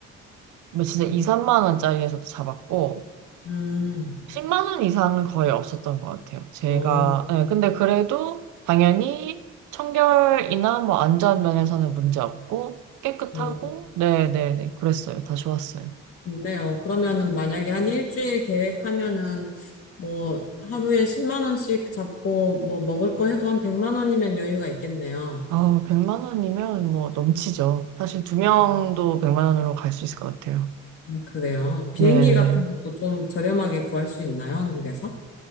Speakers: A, on the right; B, on the left.
A: 뭐 진짜 2,
B: 음,
A: 3만 원짜리에서도 잡았고
B: 음.
A: 10만 원 이상은 거의 없었던 것 같아요. 제가
B: 어,
A: 예, 근데 그래도 당연히 청결이나 뭐 안전 면에서는 문제 없고 깨끗하고
B: 어,
A: 네네네 그랬어요. 다 좋았어요.
B: 좋네요. 그러면은 만약에 한 일주일 계획하면은 뭐 하루에 10만 원씩 잡고 뭐 먹을 거 해도 한 100만 원이면 여유가 있겠네요.
A: 아, 100만 원이면 뭐 넘치죠. 사실 두 명도
B: 음,
A: 100만 원으로 갈 수 있을 것 같아요.
B: 음, 그래요.
A: 네네.
B: 비행기 같은 것도 좀 저렴하게 구할 수 있나요? 한국에서?